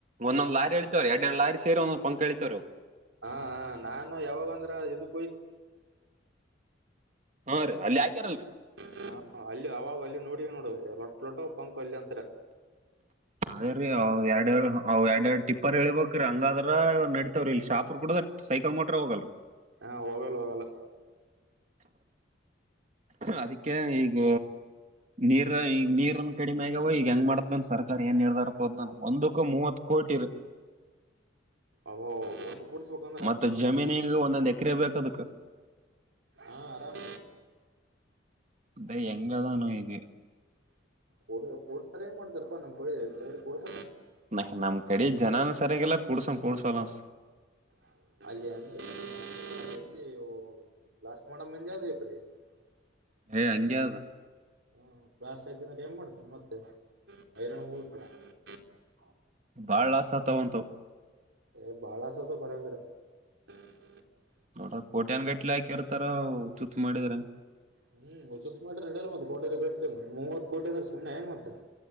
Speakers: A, on the right; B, on the right.
A: ಒಂದೊಂದ್ ಲಾರಿಳಿತವ್ ಎರಡ್ ಎರಡು ಲಾರಿ ಸರಿ ಒಂದೊಂದ್ ಪಂಕ್ ಎಳಿತವರು
B: ಹಾ ಹಾ ನಾನು ಯಾವಾಗಂದ್ರ ಇದಕ್
A: ಹಾ ರೀ ಅಲ್ಲಿ ಹಾಕ್ಯಾರಲ್ರಿ
B: ಹಾ ಅಲ್ಲಿ ಆವ ಅ ನೋಡಿ ನೋಡು ಲೊಟ್ಟ ಲೊಟ್ಟ ಪಂಕ್ ಅಲ್ಯ ಅಂತರ
A: ಅದೇ ರೀ ಅವ್ ಎರಡು ಅವ್ ಎರಡ್ರಡು ಟಿಪ್ಪರ್ ಹೇಳಳ್ಬೇಕ್ರೀ ಹಂಗಾದ್ರ ನಡ ಇಲ್ಲಿ ಶಾಪೂರ್ ಕೂಡ ಸೈಕಲ್ ಮೋಟ್ರ ಹೋಗಲ್ರಿ
B: ಹ ಹೋಗಲ್ಲ ಹೋಗಲ್ಲ
A: ಅದಕ್ಕೆ ಈಗ ನೀರ ಈ ನೀರನ್ನು ಕಡಿಮ ಮ್ಯಾಗಾವ ಈಗ ಹೆಂಗ ಮಾಡದ್ದನ್ ಸರ್ಕಾರ ಏನ್ ನಿರ್ಧಾರ ಪದನ್ ಒಂದಕ್ಕೂ ಮೂವತ್ ಕೋಟಿ ರರಿ
B: ಅವ ಒಂದು ಕೂಡ್ಸ್ಬೇಕಂದ್ರ
A: ಮತ್ತೆ ಜಮೀನ ಒಂದೊಂದ ಎ ಎಕರೆ ಬೇಕ ಅದಕ್ಕೆ
B: ಹಾ ಆರಾಮ
A: ದೇ ಎಂಗ್ ಹೇಳ್ಧನೋ ಗೆ
B: ಕ ಕೋಡ್ಸಾರೆಏನ್ ಮಾಡತಾರಪ್ಪ ನಮ್ ಕ ಕಡ್
A: ನ ನಮ್ ಕಡೆ ಜನಾನ ಸರಿಯಗೆಲ್ಲ ಕುಡ್ಸಂ ಕೂಡ್ಸಲ್ಲ
B: <unintelligible> <unintelligible>
A: ಏ ಹಂಗೆ ಅದು
B: <unintelligible>
A: ಬಾಳ್ ಲಾಸ್ ಆತವ್ ಅಂತ ಅವು
B: ಏ ಬಾಳ ಲಾಸ್ ಆದ್ರೂ ಪರ್ವಾಗಿಲ್ಲ <unintelligible>
A: ನೋಡ ಕೋಟ್ಯನ್ ಗಟ್ಲೆ ಹಾಕಿ ಇರ್ತಾರ ಚುತ್ತ ಮಾಡಿದ್ರ <unintelligible>
B: ಹ್ಮ್ ಹೊಸ ಮಾಡ ಮತ್ತ ಕಡ ಕಟ್ ಮ ಮೂವತ್ ಕೋಟಿ ಅಂದ್ರೆ ಸುಮ್ನೆ ಏನ್ ಮತ್ತೆ.